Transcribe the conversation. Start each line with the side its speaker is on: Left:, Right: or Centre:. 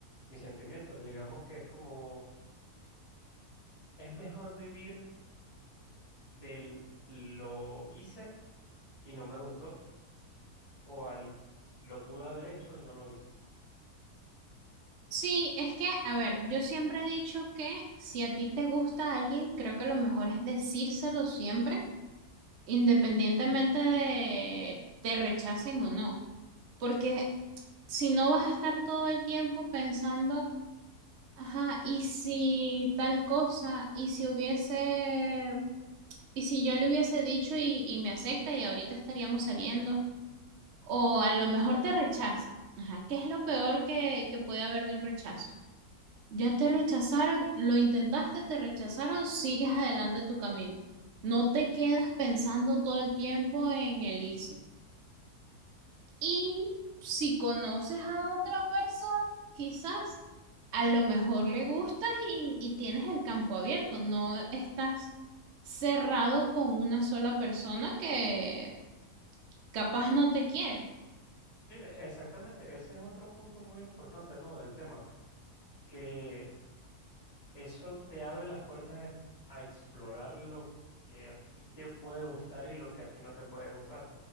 Left: mis sentimientos. Digamos que es como, es mejor vivir del lo hice y no me gustó o al lo pude haber hecho y no lo hice.
Right: Sí, es que, a ver, yo siempre he dicho que si a ti te gusta alguien, creo que lo mejor es decírselo siempre independientemente de te rechacen o no, porque si no vas a estar todo el tiempo pensando, ajá, y si tal cosa, y si hubiese, y si yo le hubiese dicho y, y me acepta y ahorita estaríamos saliendo, o a lo mejor te rechaza, ajá, ¿qué es lo peor que, que puede haber de un rechazo? Ya te rechazaron, lo intentaste, te rechazaron, sigues adelante tu camino. No te quedas pensando todo el tiempo en el easy. Y si conoces a otra persona, quizás a lo mejor le gustas y, y tienes el campo abierto, no estás cerrado con una sola persona que capaz no te quiere.
Left: Sí, Exactamente, ese es otro punto muy importante, ¿no? del tema, que eso te abre las puertas a a explorar lo que a ti te puede gustar y lo que a ti no te puede gustar.